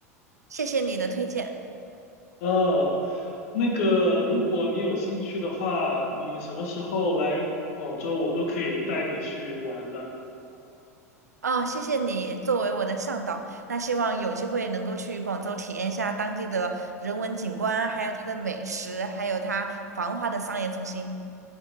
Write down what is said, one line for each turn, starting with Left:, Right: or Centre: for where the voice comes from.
Right: 谢谢你的推荐
Left: 哦，那个，如果你有兴趣的话，你什么时候来广州，我都可以带你去玩的。
Right: 哦，谢谢你作为我的向导。那希望有机会能够去广州体验一下当地的人文景观，还有它的美食，还有它繁华的商业中心。